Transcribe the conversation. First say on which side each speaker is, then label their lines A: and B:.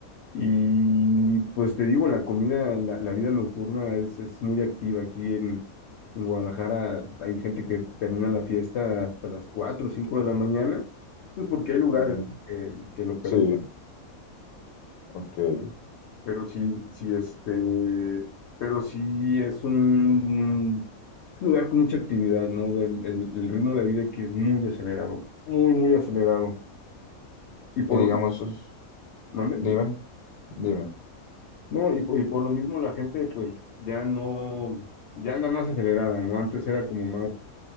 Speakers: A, on the left; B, on the left.
A: Y pues te digo, la comida, la, la vida nocturna es, es muy activa aquí en, en Guadalajara. Hay gente que termina la fiesta hasta las 4 o 5 de la mañana, pues porque hay lugares
B: Ujú.
A: eh, que lo permiten.
B: Sí, ok. Y
A: Pero sí, sí, este, pero sí es un, un lugar con mucha actividad, ¿no? Del, el, el ritmo de vida que es muy acelerado, muy, muy acelerado. Y por
B: digamos,
A: lo,
B: sus-
A: ¿mande?
B: dime, dime.
A: No, y por, y por lo mismo la gente, pues, ya no, ya anda más acelerada, ¿no? Antes era como más,